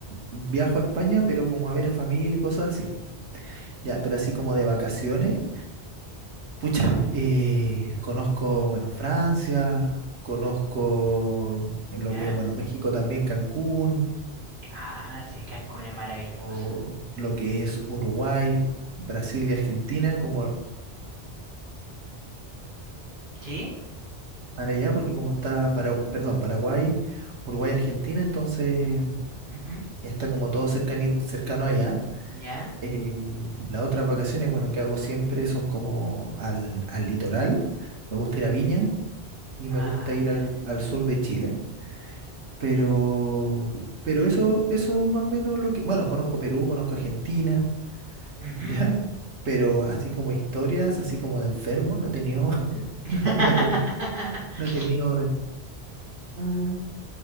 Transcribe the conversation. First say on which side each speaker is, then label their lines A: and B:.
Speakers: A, on the right (about 80°); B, on the right (about 50°).
A: viajo a España, pero como a ver a familia y cosas así. Ya, pero así como de vacaciones, pucha, <laughs> eh, conozco, bueno, Francia, conozco en lo
B: ¿Ya?
A: que es, bueno, México también, Cancún,
B: Ah, sí, Cancún es maravilloso.
A: o lo que es Uruguay, Brasil y Argentina, como
B: ¿Sí?
A: para allá, porque como está, para, perdón, Paraguay, Uruguay, Argentina, entonces
B: Ujú.
A: está como todo cercani- cercano allá.
B: ¿Ya?
A: Eh, las otras vacaciones, bueno, que hago siempre son como al, al litoral, me gusta ir a Viña y me
B: Ah,
A: gusta ir
B: ya.
A: al, al sur de Chile, pero, pero eso, eso más o menos lo que, bueno, conozco Perú, conozco Argentina, <laughs>
B: Ujú.
A: ¿ya? Pero así como historias, así como de enfermo, no he tenido, <laughs>
B: <laughs>
A: no, no he tenido, no he tenido nada.